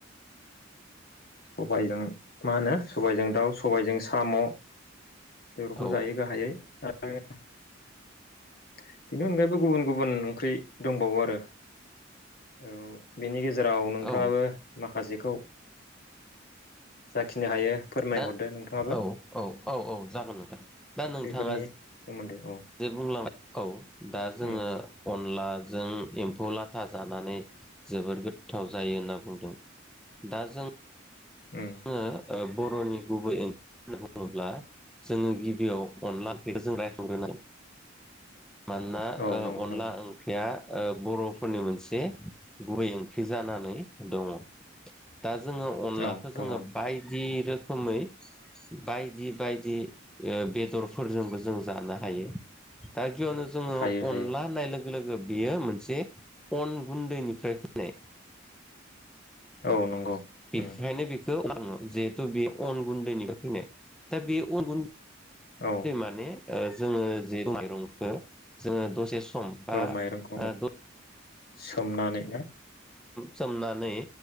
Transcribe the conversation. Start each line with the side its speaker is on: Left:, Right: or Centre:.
Left: सबायजों मा होनो सबायजों दाउ सबायजों साम' बेफोरखौ
Centre: औ
Left: जायो गाहायै आरो बेनि अनगायैबो गुबुन गुबुन ओंख्रि दंबावो आरो औ बेनि गेजेराव नोंथाङाबो
Centre: औ
Left: माखासेखौ जाखिनो हायो फोरमायहरदो
Centre: दा
Left: नोंथाङाबो
Centre: औ औ औ औ जागोन नोंथां दा
Left: ओंख्रिफोरनि
Centre: नोंथाङा
Left: सोमोन्दै औ
Centre: जे बुंलांबाय औ दा जोङो
Left: उम
Centre: अनलाजों खौ लाथा जानानै जोबोद गोथाव जायो होनना बुंदों दा जों
Left: उम
Centre: आङो बर'नि गुबै ओंख्रि होननानै बुङोब्ला जोङो गिबियाव अनला ओंख्रिखौ जों रायखांग्रोनांगोन
Left: <inaudible>
Centre: मानोना
Left: औ नंगौ
Centre: अनला
Left: नंगौ
Centre: ओंख्रिया बर'फोरनि मोनसे गुबै ओंख्रि जानानै दङ। दा जोङो अनलाखौ
Left: औ दङ
Centre: जोङो बायदि रोखोमै बायदि बायदि बेदरफोरजोंबो जों जानो हायो दा गिबियावनो जोङो
Left: हायो हायो
Centre: अनला होननाय लोगो लोगो बियो मोनसे अन गुन्दैनिफ्राय फैनाय
Left: औ नंगौ।
Centre: बेखायनो
Left: उम
Centre: बेखौ आङो जिहेतु बे अन गुन्दैनिफ्राय फैनाय दा बे अन गुन्दै
Left: औ
Centre: माने जोङो जे माइरंखौ जोङो दसे जे सम बा
Left: औ माइरंखौ
Centre: ओ
Left: सोमनानै
Centre: सोमनानै